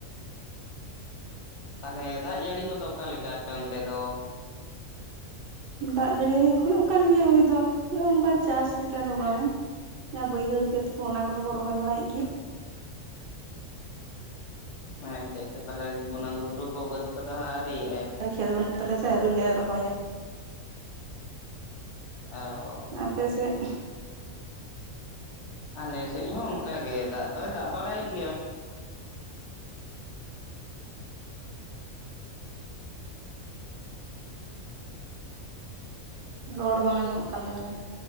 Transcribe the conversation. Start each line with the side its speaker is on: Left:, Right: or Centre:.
Left: ᱛᱟᱦᱚᱞᱮ ᱫᱟᱜ ᱡᱟᱹᱲᱤ ᱠᱚᱫᱚ ᱚᱠᱟ ᱞᱮᱠᱟ ᱟᱯᱮ ᱚᱱᱛᱮ ᱫᱚ‌?
Right: ᱫᱟᱜ ᱡᱟᱹᱲᱤ ᱦᱚᱸ ᱚᱝᱠᱟ ᱱᱤᱭᱟᱹ <unintelligible> ᱚᱱᱠᱟ ᱪᱟᱥ ᱞᱮᱠᱟ ᱫᱚ ᱵᱟᱝ ᱾ ᱡᱟᱦᱟᱸ ᱵᱟᱹᱭᱦᱟᱹᱲ ᱠᱷᱮᱛ ᱠᱚ ᱚᱱᱟ ᱠᱚ ᱫᱚ ᱠᱚ ᱨᱚᱦᱚᱭ ᱵᱟᱲᱟᱭᱮᱫ ᱜᱮᱭᱟ᱾
Left: ᱟᱪᱪᱷᱟ ᱟᱪᱪᱷᱟ ᱛᱟᱦᱚᱞᱮ ᱜᱚᱱᱟ ᱜᱷᱩᱴᱩ ᱠᱚ ᱵᱟᱹᱫᱽ ᱠᱚᱫᱚ ᱦᱟᱸᱜ ᱟᱹᱣᱨᱤᱭᱟᱜᱼᱟ?
Right: ᱠᱷᱮᱛ ᱵᱟᱹᱱᱩᱜ ᱛᱟᱞᱮ ᱛᱮ ᱟᱹᱣᱨᱤ ᱞᱮ ᱨᱚᱦᱚᱭᱟ ᱾
Left: ᱚᱻ
Right: ᱟᱯᱮ ᱥᱮᱫᱼᱼ
Left: ᱟᱞᱮ ᱥᱮᱫ ᱦᱚᱸ ᱚᱱᱠᱟ ᱜᱮ ᱫᱟᱜ ᱫᱚᱭ ᱫᱟᱜ ᱵᱟᱲᱟᱭᱮᱫ ᱜᱮᱭᱟ‌ ᱼᱼ
Right: ᱨᱚᱲ ᱵᱟᱝ ᱟᱸᱡᱚᱢᱚᱜ ᱠᱟᱱ ᱛᱟᱵᱮᱱᱟ ᱾